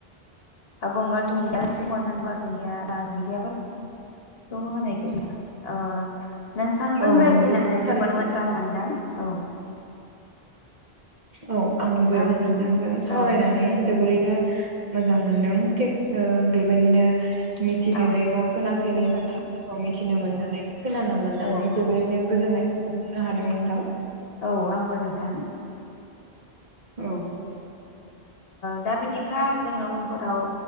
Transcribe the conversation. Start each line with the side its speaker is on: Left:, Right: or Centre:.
Left: गंगार दधन्दिया मजंगार दुन्दिया बा दुन्दियाफोर <unintelligible> तह नखौ ज आ <unintelligible> नोंथांजों
Right: औ
Left: रायज्लायनानै
Right: नंगौ थारैनो
Left: जोबोर मोजां मोनदों औ।
Right: औ आंबो
Left: थारैनो
Right: नोंथांजों सावरायनानै
Left: औ
Right: जोबोरैनो। मोजां मोनदों थिग बेबायदिनो मिथिफेरैबा।
Left: औ
Right: खोनाफेरै बाथ्राफोरखौ मिथिनो मोननानै खोनानो मोननानै
Left: औ औ
Right: जोबोरैनो गोजोननाय। नो हादों नोंथां।
Left: औ आंबो नोंथां।
Right: औ।
Left: दा बिदिब्ला जोङो उनफोराव।